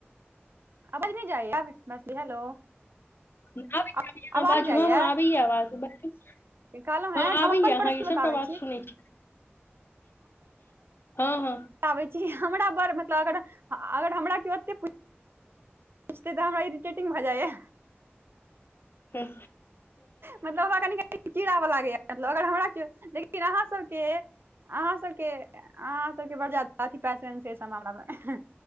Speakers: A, on the right (about 60°); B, on the left (about 60°).
A: आबाज नहि जाइयै हेलो <unintelligible>
B: आबैयै आबैत
A: आवाज
B: ह बाजू
A: नहि जाइया
B: हँ हँ आबै यै बाजु हँ
A: कहलहुँ हेँ हम
B: आबैया
A: अपन पर्सनल
B: अहाँके सभटा
A: बताबै
B: बात सुनै छी हँ हँ
A: आबै छी हमरा बर मतलब अगर अगर हमरा केओ ओते पुछते तऽ हमरा इरिटेटिंग भए जाइयै
B: हँ
A: मतलब हमरा कनी कनी कीड़ा वला लागैयै मतलब अगर हमरा केओ लेकिन अहाँसभके अहाँसभके अहाँ सभके बड़ ज्यादा अथी पैसन यै एहि सभ मामलामे